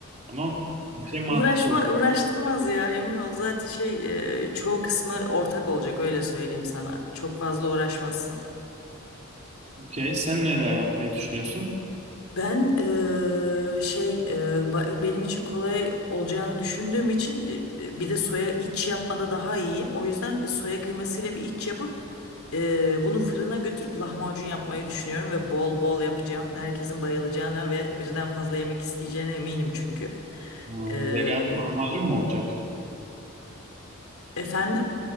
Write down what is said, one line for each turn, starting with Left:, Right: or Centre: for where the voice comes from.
Right: Ama şey mantıklı.
Left: Uğraşma, uğraştırmaz ya emin ol. Zaten şey e, çoğu kısmı ortak olacak öyle söyleyeyim sana. Çok fazla uğraşmazsın.
Right: Okey. Sen neler yapmayı düşünüyorsun?
Left: Ben eee, şey eee, ba- benim için kolay olacağını düşündüğüm için eee, bir de soya iç yapmada daha iyiyim. O yüzden soya kıymasıyla bir iç yapıp eee, bunu fırına götürüp lahmacun yapmayı düşünüyorum ve bol bol yapacağım. Herkesin bayılacağına ve birden fazla yemek isteyeceğine eminim çünkü.
Right: Aa,
Left: Eee,
Right: vegan lahmacun mu olacak?
Left: efendim?